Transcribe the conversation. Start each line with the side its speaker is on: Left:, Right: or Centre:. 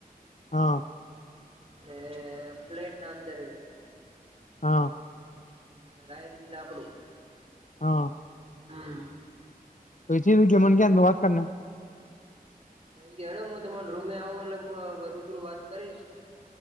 Left: હા
Right: અને ફ્લેટ ના અંદર હે
Left: હા
Right: ને લાઈટ બીલ આપડું
Left: હા
Right: હા
Left: તો એ ચીન કે મન કે વાત કરને
Right: હડે હું તમાર રૂમે આવું એટલે હું રૂબરૂ વાત કરીશ